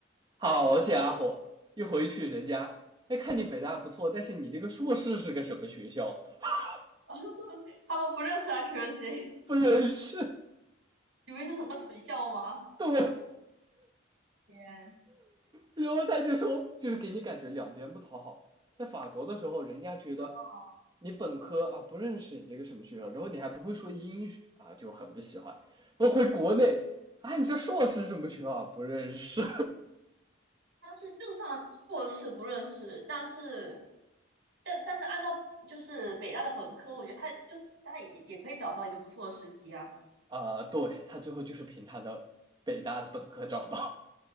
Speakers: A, on the right (about 20°); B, on the right (about 75°).
A: 好家伙，
B: 对，
A: 一回去人家，哎，看你北大不错，但是你这个硕士是个什么学校？<laughs>
B: <laughs> 他们不认识 HSC，
A: 不认识，
B: 以为是什么水校吗？
A: 对，
B: 天，
A: 然后他就说，就是给你感觉两边不讨好。在法国的时候，人家觉得
B: 哦
A: 你本科啊不认识你这个什么学校，然后你还不会说英语啊，就很不喜欢。我回国内啊，你这硕士什么学校啊不认识
B: 但是就算硕士不认识，但是但但是按照就是北大的本科，我觉得他就是他也也可以找到一个不错的实习啊。
A: <laughs> 啊？对他最后就是凭他的北大的本科找到。